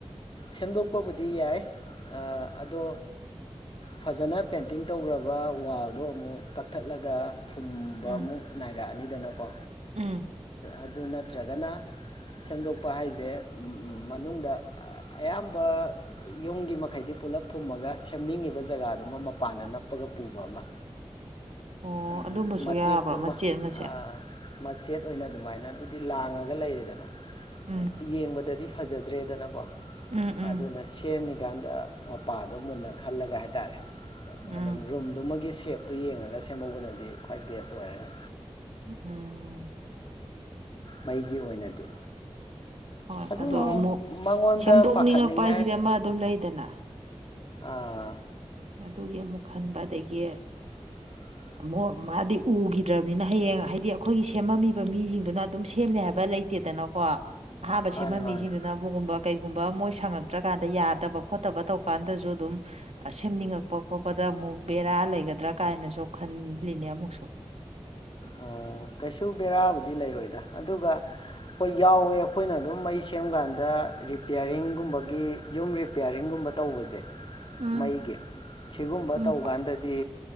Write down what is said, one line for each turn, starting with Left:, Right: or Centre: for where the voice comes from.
Left: ꯁꯦꯝꯗꯣꯛꯄꯕꯨꯗꯤ ꯌꯥꯏ ꯑꯥ ꯑꯗꯣ ꯐꯖꯟꯅ ꯄꯦꯟꯇꯤꯡ ꯇꯧꯒ꯭ꯔꯕ ꯋꯥꯜꯗꯣ ꯑꯃꯨꯛ ꯀꯛꯊꯠꯂꯒ ꯐꯨꯝꯕ
Right: ꯎꯝ
Left: ꯑꯃꯨꯛ ꯅꯥꯏꯔꯛꯑꯅꯤꯗꯅꯀꯣ
Right: ꯎꯝ
Left: ꯑꯗꯨ ꯅꯠꯇ꯭ꯔꯒꯅ ꯁꯦꯝꯗꯣꯛꯄ ꯍꯥꯏꯖꯦ ꯃꯅꯨꯡꯗ ꯑꯌꯥꯝꯕ ꯌꯨꯝꯒꯤ ꯃꯈꯩꯗꯤ ꯄꯨꯂꯞ ꯐꯨꯝꯃꯒ ꯁꯦꯝꯅꯤꯡꯉꯤꯕ ꯖꯒꯥꯗꯨꯃ ꯃꯄꯥꯟꯗ ꯅꯞꯄꯒ ꯄꯨꯕ ꯑꯃ
Right: ꯑꯣ
Left: ꯑꯗꯨꯢ
Right: ꯑꯗꯨꯝꯕꯁꯨ
Left: ꯃꯇꯦꯚ
Right: ꯌꯥꯕ꯭ꯔꯣ
Left: ꯇꯨꯃ
Right: ꯃꯆꯦꯠ ꯃꯆꯦꯠ
Left: ꯑ ꯁꯦꯠ ꯑꯣꯏꯅ ꯑꯗꯨꯃꯥꯏꯅ ꯑꯗꯨꯗꯤ ꯂꯥꯡꯉꯒ ꯂꯩꯔꯦꯗꯅ
Right: ꯎꯝ
Left: ꯌꯦꯡꯕꯗꯗꯤ ꯐꯖꯗ꯭ꯔꯦꯗꯅꯀꯣ
Right: ꯎꯝ ꯎꯝ
Left: ꯑꯗꯨꯅ ꯁꯦꯝꯃꯤꯒꯥꯟꯗ ꯃꯄꯥꯗꯣ ꯃꯨꯟꯅ ꯈꯜꯂꯒ ꯍꯥꯏꯇꯥꯔꯦ
Right: ꯎꯝ
Left: ꯑꯗꯨꯝ ꯔꯨꯝꯗꯨꯃꯒꯤ ꯁꯦꯞꯇꯨ ꯌꯦꯡꯉꯒ ꯁꯦꯝꯍꯧꯕꯅꯗꯤ ꯈ꯭ꯋꯥꯏ ꯕꯦꯁ ꯑꯣꯏꯔꯅꯤ
Right: ꯎꯝ ꯎꯝꯝ
Left: ꯃꯩꯒꯤ ꯑꯣꯏꯅꯗꯤ
Right: ꯍꯣꯏ
Left: ꯑꯗꯨꯝ
Right: ꯑꯗꯣ ꯑꯃꯨꯛ
Left: ꯃꯉꯣꯟꯗ
Right: ꯁꯦꯝꯗꯣꯛꯅꯤꯡꯉꯛꯄ
Left: ꯄꯥꯈꯠꯅꯤꯡꯉꯥꯏ
Right: ꯍꯥꯏꯁꯤꯗꯤ ꯑꯃ ꯑꯗꯨꯝ ꯂꯩꯗꯅ
Left: ꯑꯥ
Right: ꯑꯗꯨꯒꯤ ꯑꯃꯨꯛ ꯈꯟꯕ ꯑꯗꯒꯤ
Left: <inaudible>
Right: ꯑꯃꯨꯛ ꯃꯥꯗꯤ ꯎꯒꯤꯗ꯭ꯔꯝꯅꯤꯅ ꯍꯌꯦꯡ ꯍꯥꯏꯗꯤ ꯑꯩꯈꯣꯏꯒꯤ ꯁꯦꯝꯃꯝꯃꯤꯕ ꯃꯤꯖꯤꯡꯗꯨꯅ ꯑꯗꯨꯝ ꯁꯦꯝꯅꯤ ꯍꯥꯏꯕ ꯂꯩ ꯇꯦꯠꯗꯅꯀꯣ ꯑꯍꯥꯥꯟꯕ
Left: ꯃꯥꯅꯦ
Right: ꯁꯦꯝꯃꯝꯃꯤꯖꯤꯡꯗꯨꯅ
Left: ꯃꯥꯅꯦ
Right: ꯒꯨꯝ ꯀꯩꯒꯨꯝꯕ ꯃꯣꯏ ꯁꯪꯉꯛꯇ꯭ꯔꯥ ꯀꯥꯟꯗ ꯌꯥꯗꯕ ꯈꯣꯠꯇꯕ ꯇꯧꯕ ꯀꯥꯟꯗꯖꯨ ꯑꯗꯨꯝ ꯁꯦꯝꯅꯤꯡꯉꯛꯄ ꯈꯣꯠꯄꯗ ꯑꯃꯨꯛ ꯕꯦꯔꯥ ꯂꯩꯒꯗ꯭ꯔꯥ ꯀꯥꯏꯅꯁꯨ ꯈꯟꯂꯤꯅꯦ ꯑꯃꯨꯛꯁꯨ
Left: ꯑꯣ ꯀꯩꯁꯨ ꯕꯦꯔꯥꯕꯨꯗꯤ ꯂꯩꯔꯣꯏꯗ ꯑꯗꯨꯒ ꯍꯣꯏ ꯌꯥꯎꯋꯦ ꯑꯩꯈꯣꯏꯅ ꯑꯗꯨꯝ ꯑꯩꯩ ꯁꯦꯝ ꯀꯥꯟꯗ ꯔꯤꯄꯤꯌꯥꯔꯤꯡꯒꯨꯝꯕꯒꯤ ꯌꯨꯝ ꯔꯤꯄꯤꯌꯥꯔꯤꯡꯒꯨꯝꯕ ꯇꯧꯕꯖꯦ
Right: ꯎꯝ
Left: ꯃꯩꯒꯤ ꯁꯤꯒꯨꯝꯕ
Right: ꯎꯝ
Left: ꯇꯧꯀꯥꯟꯗꯗꯤ